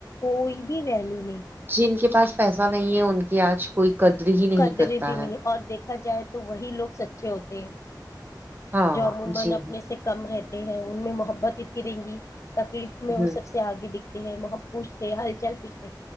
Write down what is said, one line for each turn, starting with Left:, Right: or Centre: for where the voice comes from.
Left: کوئی بھی ویلو
Right: جی ان کے پاس پیسہ نہیں ہے ان کی آج کوئی قدر ہی نہیں
Left: قدرے
Right: کرتا
Left: بھی نہیں
Right: ہے
Left: اور دیکھا جائے تو وہی لوگ سچے ہوتے ہیں
Right: ہاں
Left: جو عموما
Right: جی
Left: اپنے
Right: ہاں
Left: سے کم ہے ہیں ان میں محبت اتنی رہیں گی تکلیف میں وہ
Right: ہ
Left: سب سے آگے دکھ مح پوچھتے ہل چال پوچھتے